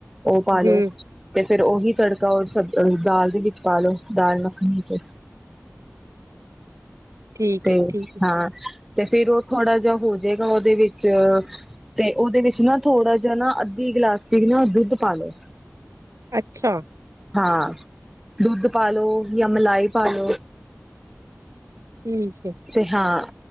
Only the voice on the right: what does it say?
ਹਮ
ਠੀਕ
ਹੈ ਠੀਕ ਹੈ
ਅੱਛਾ!
ਠੀਕ ਹੈ